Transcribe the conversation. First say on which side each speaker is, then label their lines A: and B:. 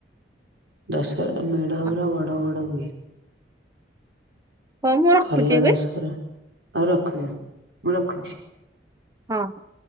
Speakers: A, on the right (about 60°); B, on the right (about 15°).
A: ଦଶରା ମେଢ
B: ଆଉ।
A: ଗୁରା ବଡ ବଡ ହୁଏ।
B: ହୋଉ ମୁଁ ରଖୁଛି
A: ଭଲ
B: ଏବେ
A: ଦଶହରା। ଆଉ ରଖୁଛି ମୁଁ ରଖୁଛି
B: ହଁ।